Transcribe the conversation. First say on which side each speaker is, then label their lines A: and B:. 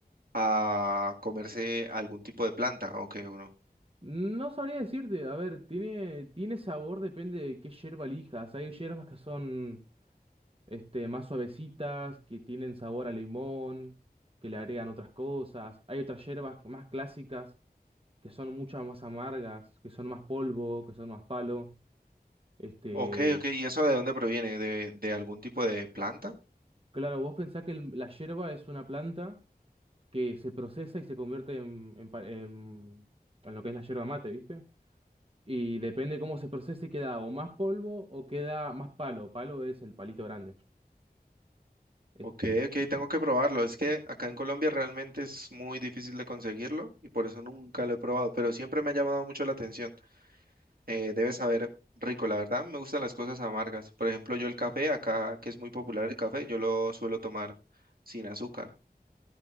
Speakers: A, on the right (about 65°); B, on the right (about 35°).
A: a comerse algún tipo de planta, ok, o no.
B: No sabría decirte, a ver, tiene, tiene sabor, depende de qué hierba elijas. Hay hierbas que son este, más suavecitas, que tienen sabor a limón, que le agregan otras cosas. Hay otras hierbas más clásicas, que son muchas más amargas, que son más polvo, que son más palo. Este,
A: Ok, ok, ¿y eso de dónde proviene? ¿De, de algún tipo de planta?
B: claro, vos pensás que el- la hierba es una planta que se procesa y se convierte en, en, pa- en- en lo que es la hierba mate, ¿viste? Y depende cómo se procese, queda o más polvo o queda más palo. Palo es el palito grande. Este,
A: Ok, ok, tengo que probarlo. Es que acá en Colombia realmente es muy difícil de conseguirlo y por eso nunca lo he probado, pero siempre me ha llamado mucho la atención. Eh, debes saber rico, la verdad, me gustan las cosas amargas. Por ejemplo, yo el café, acá que es muy popular el café, yo lo suelo tomar sin azúcar.